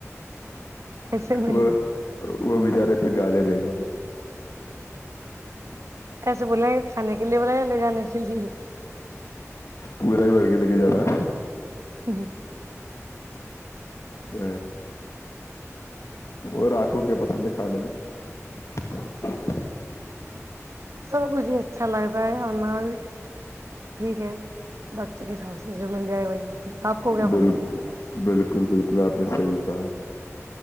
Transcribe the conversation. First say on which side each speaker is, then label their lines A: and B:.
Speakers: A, on the right (about 65°); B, on the left (about 65°).
A: ایسے نہیں
B: وہ وہ بچارے پھر گالے دیں گے اپ
A: ایسے بولے ہیں کھانے کے لیے بولیا لے جانے کے لیے
B: پورا ہی بور کے لے کے جا رہا ہے
A: <unintelligible>
B: تو اور آپو کیا پسند ہے کھانے میں <unintelligible>
A: سب کچھ اچھا لگتا ہے اور بھی ٹھیک ہے وقت کے حساب سے جو مل جائے وہی آپ کو کیا
B: بالکل
A: پسند
B: بالکل بالکل آپ نے صحی کہا